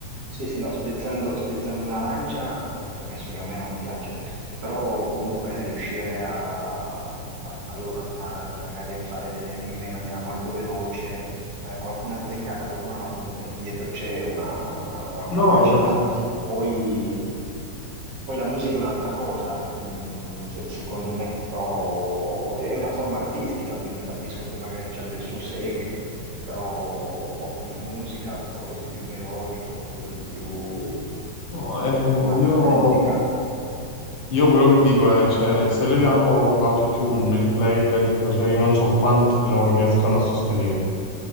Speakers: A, on the right (about 55°); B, on the left (about 50°).
A: sì, sì, no, spezzando, spezzando una lancia, permesso che a me non piace, però comunque riuscire a parlare, magari a fare delle rime in maniera molto veloce, eh, qualcuno azzeccata, qualcuno no, comunque dietro c'è una, una- una- una
B: No,
A: capacità.
B: que-
A: Poi, poi la musica è un'altra cosa, mh, se- secondo me, però è una forma artistica, quindi capisco che magari ci abbia il suo seguito però boh, come musica qualcosa di più melodico, qualcosa di più
B: no,
A: dove-
B: eh,
A: con una
B: io
A: base musicale.
B: Io quello che dico è, cioè, se leviamo l'autotune, il playback, cioè io non so quanti
A: Ma-
B: di loro riescano a sostenere.